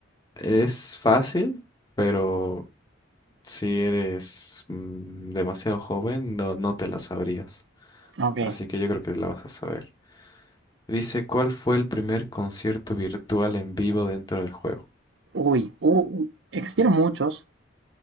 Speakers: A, on the left; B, on the right.
A: Es fácil, pero si eres mm, demasiado joven, no, no te la sabrías.
B: ok.
A: Así que yo creo que la vas a saber. Dice, ¿cuál fue el primer concierto virtual en vivo dentro del juego?
B: Uy, u- existieron muchos.